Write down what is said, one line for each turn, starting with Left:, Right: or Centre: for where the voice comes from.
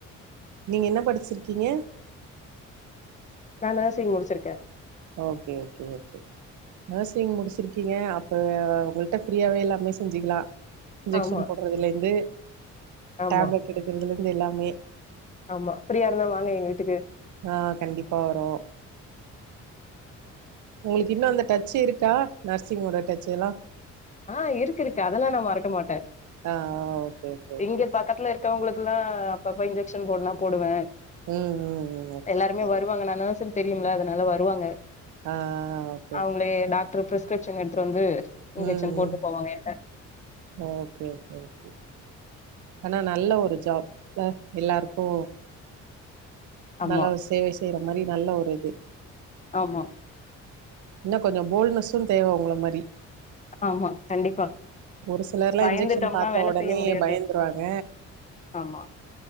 Right: நீங்க என்ன படிச்சிருக்கீங்க
Left: நா நர்சி்ங் முடிச்சிருக்கே
Right: ஓகே ஓகே ஓகே நர்சிங் முடிச்சிருக்கீங்க அப்ப உங்கள்ட்ட ஃப்ரீயாவே எல்லாமே செஞ்சுக்கலா இன்ஜெக்ஷன்
Left: ஆமா
Right: போடுறதுலேந்து
Left: ஆமா
Right: டேப்லெட் எடுக்கிறதுலருந்து எல்லாமே
Left: ஆமா ஃப்ரியா இருந்தா வாங்க எங்க வீட்டுக்கு
Right: ஆ கண்டிப்பா வருவோ உங்களுக்கு இன்னு அந்த டச்சு இருக்கா நர்சிங்கோட டச்ச எல்லா
Left: ஆ இருக்கு இருக்கு அதெல்லா நா மறக்க மாட்டே
Right: ஆ ஓகே ஓகே
Left: இங்க
Right: ஓகே
Left: பக்கத்துல இரு மத்தவங்களுக்கெல்லா அப்பப்ப இன்ஜெக்ஷன் போட்னா போடுவே
Right: ம் ம் ம்
Left: எல்லாருமே
Right: ஓகே ஓகே
Left: வருவாங்க நா என்ன செ தெரியும்ல அதனால வருவாங்க
Right: ஆ ஓகே
Left: அவங்களே
Right: ஓகே
Left: டாக்டர் ப்ரிஸ்கிரிப்ஷன் எடுத்துட்டு வந்து
Right: ம்
Left: டன் போட்டு
Right: ம்
Left: போவங்க ஏன்ட்ட
Right: ஓகே ஓகே ஓகே ஆனா நல்ல ஒரு ஜாப் ல எல்லாருக்கு
Left: ஆமா
Right: நல்ல ஒர் சேவை செய்யற மாரி நல்ல ஒரு இது
Left: ஆமா
Right: இன்னு கொஞ்சோ போல்னஸ்ஸு தேவ உங்கள மாரி
Left: ஆமா கண்டிப்பா
Right: ஒரு சிலர்லா
Left: பயந்துட்டோம்னா
Right: இன்ஜெக்ஷன் பாத்த
Left: வேல
Right: ஒடனே
Left: செய்ய முடியாது
Right: பயந்துருவாங்க
Left: ஆமா